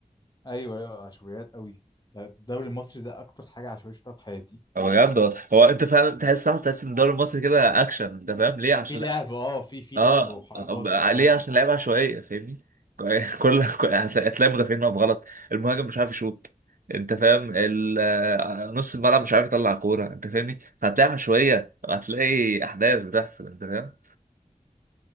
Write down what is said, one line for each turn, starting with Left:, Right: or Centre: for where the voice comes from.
Left: ايوه ايوه عشوائيات قوي الدوري المصري ده اكتر حاجة عشوائية شفتها في حياتي
Right: هو بجد والله. هو أنت فعلا تحس صح تحس إن الدوري المصري كده أكشن أنت فاهم ليه عشان
Left: في لعب اه في في
Right: اه
Left: لعب وحركات
Right: أب-
Left: وبتاع
Right: ليه عشان لعيبه عشوائيه فاهمني <laughs> كل كل- هتلاقي هتلاقي مدافعين واقف غلط المهاجم مش عارف يشوط انت فاهم ال- آه، نص الملعب مش عارف يطلع كوره انت فاهمني هتلاقي عشوائيه هتلاقي احداث بتحصل انت فاهم